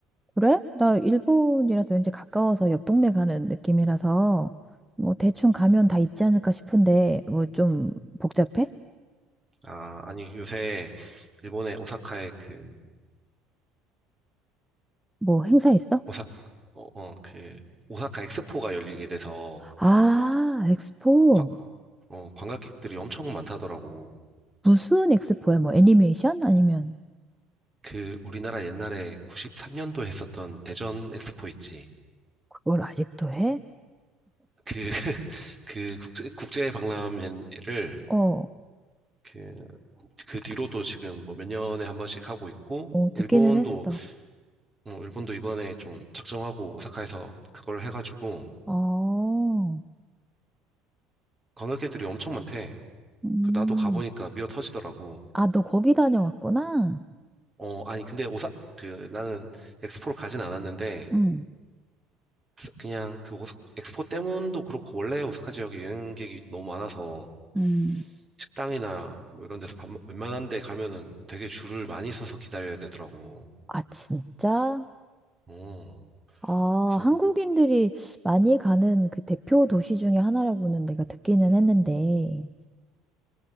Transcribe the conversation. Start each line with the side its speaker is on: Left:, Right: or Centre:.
Centre: 그래? 나 일본이라서 왠지 가까워서 옆 동네 가는 느낌이라서, 뭐 대충 가면 다 있지 않을까 싶은데, 뭐 좀 복잡해?
Right: 아, 아니, 요새 일본의 오사카에 그,
Centre: 뭐 행사 있어?
Right: 오사, 어, 어, 그, 오사카 엑스포가 열리게 돼서,
Centre: 아, 엑스포.
Right: 관, 어, 관광객들이 엄청 많다더라고.
Centre: 무슨 엑스포야? 뭐 애니메이션? 아니면
Right: 그, 우리나라 옛날에 93년도 했었던 대전 엑스포 있지.
Centre: 그걸 아직도 해?
Right: 그, <laughs> 그 국제, 국제 박람회를
Centre: 어,
Right: 그, 그 뒤로도 지금 뭐 몇 년에 한 번씩 하고 있고,
Centre: 어,
Right: 일본도
Centre: 듣기는 했어.
Right: 어, 일본도 이번에 좀 작정하고 오사카에서 그걸 해가지고
Centre: 어.
Right: 관광객들이 엄청 많대.
Centre: 음.
Right: 그 나도 가보니까 미어 터지더라고.
Centre: 아, 너 거기 다녀왔구나?
Right: 어, 아니 근데 오사 그 나는 엑스포를 가진 않았는데
Centre: 응.
Right: 스- 그냥 그 오사, 엑스포 때문도 그렇고 원래 오사카 지역에 여행객이 너무 많아서
Centre: 음.
Right: 식당이나 뭐 이런 데서 밥, 먹- 웬만한 데 가면은 되게 줄을 많이 서서 기다려야 되더라고.
Centre: 아, 진짜?
Right: 어,
Centre: 아,
Right: 그래서
Centre: 한국인들이 많이 가는 그 대표 도시 중에 하나라고는 내가 듣기는 했는데.